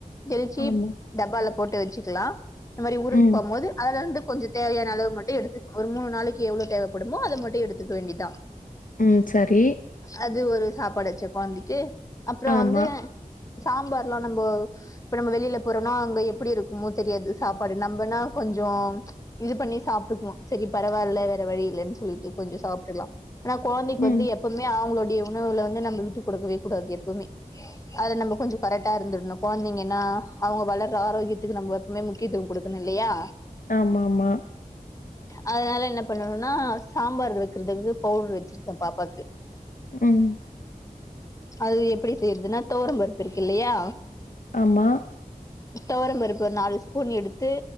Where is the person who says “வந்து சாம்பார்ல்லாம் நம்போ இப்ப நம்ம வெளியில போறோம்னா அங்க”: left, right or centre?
Left